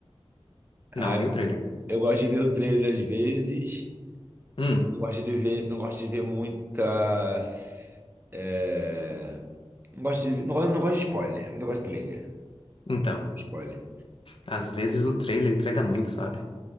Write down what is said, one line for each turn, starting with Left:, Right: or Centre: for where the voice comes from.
Left: Não,
Right: Ai,
Left: nem o trailer.
Right: eu gosto de ver o trailer às vezes.
Left: Hum,
Right: Não gosto de ver, não gosto de ver muitas. é, Não gosto de, não, não gosto de spoiler, mas eu gosto de trailer.
Left: então.
Right: Spoiler.
Left: Às vezes o trailer entrega muito, sabe?